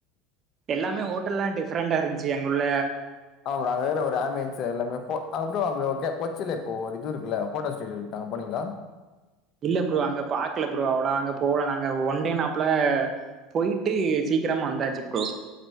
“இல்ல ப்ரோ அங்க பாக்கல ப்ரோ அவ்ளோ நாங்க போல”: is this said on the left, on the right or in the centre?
Right